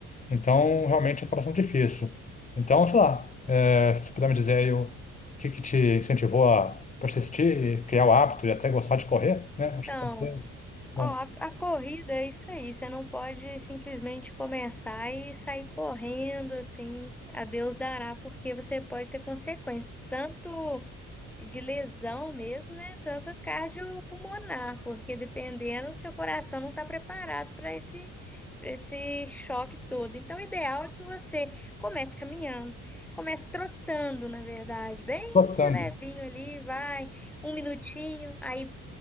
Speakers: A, on the left; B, in the centre.
A: Então, realmente é acaba sendo difícil. Então, sei lá, é, se você puder me dizer aí o que que te incentivou a persistir e criar o hábito e até gostar de correr,
B: Então,
A: né? Acho que pode ser bom.
B: Ó, a, a corrida é isso aí, você não pode simplesmente começar e sair correndo assim, a Deus dará, porque você pode ter consequências, tanto de lesão mesmo, né? Tanto cardiopulmonar, porque dependendo, seu coração não está preparado para esse, para esse choque todo. Então, o ideal é que você comece caminhando, comece trotando, na verdade, bem
A: Trotando.
B: de levinho ali, vai um minutinho, aí